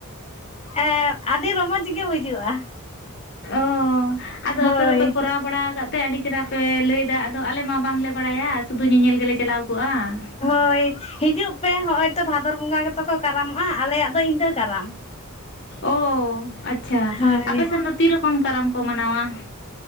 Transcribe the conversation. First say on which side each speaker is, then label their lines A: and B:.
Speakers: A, on the left; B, on the left.
A: ᱮᱸ ᱟᱹᱰᱤ ᱨᱚᱢᱚᱡᱽ ᱜᱮ, ᱵᱩᱡᱩᱜᱼᱟ ᱾
B: ᱚᱻ ᱟᱫᱚ,
A: ᱦᱳᱭ
B: ᱟᱯᱮ ᱫᱚᱯᱮ, ᱠᱚᱨᱟᱣ ᱵᱟᱲᱟ ᱟᱠᱟᱫ ᱾ ᱛᱮ, ᱟᱹᱰᱤ ᱪᱮᱦᱨᱟ ᱯ, ᱞᱟᱹᱭᱮᱫᱟ ᱾ ᱟᱫᱚ, ᱟᱞᱮ ᱢᱟ ᱵᱟᱝᱞᱮ, ᱵᱟᱲᱟᱭᱟ ᱥᱩᱫᱩ ᱧᱮᱧᱮᱞ ᱜᱮᱞᱮ, ᱪᱟᱞᱟᱣ ᱠᱚᱜᱼᱟ ᱾
A: ᱦᱳᱭ, ᱦᱤᱡᱩᱜ ᱯᱮ, ᱦᱚᱸᱜᱼᱚᱭ ᱛᱚ, ᱵᱷᱟᱫᱚᱨ ᱵᱚᱸᱜᱟ ᱜᱮᱛᱚ ᱠᱚ, ᱠᱟᱨᱟᱢᱚᱜᱼᱟ ᱾ ᱟᱞᱮᱭᱟᱜ ᱫᱚ, ᱤᱸᱫᱟᱹ ᱠᱟᱨᱟᱢ ᱾
B: ᱚᱻᱟᱪᱪᱷᱟ
A: ᱦᱳᱭ
B: ᱾ ᱟᱯᱮ ᱥᱮᱱ ᱫᱚ, ᱛᱤ ᱨᱚᱠᱚᱢ ᱠᱟᱨᱟᱢ ᱠᱚ, ᱢᱟᱱᱟᱣᱟ ᱾